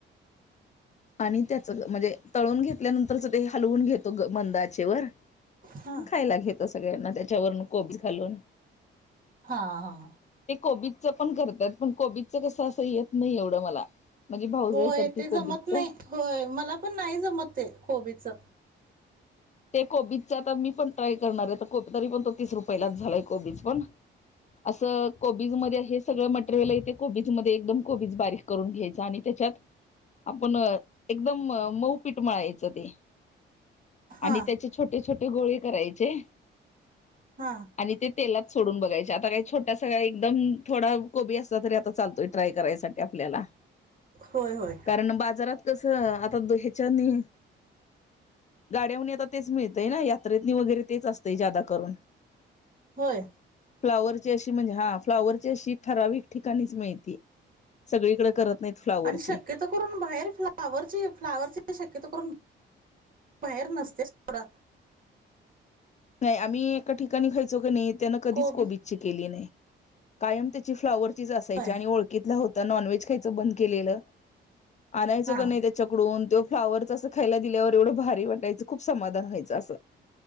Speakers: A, on the left; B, on the right.
A: आणि त्याच म्हणजे तळून घेतल्यानंतरच ते हलवून घेतो मंदआचेवर
B: हा
A: खायला घेतो सगळ्यांना त्याच्यावरून कोबी घालून
B: हां हां.
A: कोबीच पण करत्यात पण कोबीचं कसं असं येत नाही एवढं मला माझी भावजय
B: होय
A: हे करते
B: ते जमत
A: कोबीच
B: नाही होय मला पण नाही जमत ते कोबीच
A: ते कोबीजचा आता मी पण ट्राय करणार आहे तरी पण तो तीस रुपया लाच झालाय कोबीज पण असं कोबीज मध्ये हेच सगळ मटेरियल इथे कोबीज मध्ये एकदम कोबीज बारीक करून घ्यायच आणि त्याच्यात आपण एकदम मऊ पीठ मळायचं ते
B: हा
A: आणि त्याचे छोटे छोटे गोळे करायचे.
B: हा
A: आणि ते तेलात सोडून बघायचे. आता काय छोटासा एकदम थोडा कोबी असला तरी आता चालतोय ट्राय करायसाठी आपल्याला.
B: होय होय
A: कारण बाजारात कसं, आता द ह्याच्यानी गाड्याहून आता तेच मिळतय ना, यात्रेतनी वगैरे तेच अस ते ज्यादा करून,
B: होय.
A: फ्लावरची अश ची म्हणजे हा फ्लाॉवरची अशी ठराविक ठिकाणीच मिळती. सगळीकडे करत नाहीत फ्लाॉवरची
B: आणि शक्यतो करून बाहेर फ्लावरचे फ्लावरचे शक्यतो करून बाहेर नसतेच सोडा.
A: नाही आम्ही एका ठिकाणी खायचो की नाही त्यानं कधीच
B: कोबी
A: कोबीची केली नाही. कायम त्याची फ्लाॉवरचीच असायची
B: होय
A: आणि ओळखीतला होता नॉनव्हेज खायचं बंद केलेलं आणायचो
B: हा
A: का नाही त्याच्याकडून, तेव्हा फ्लावर असं खायला दिल्यावर एवढं भारी वाटायचं खूप समाधान व्हायचं असं.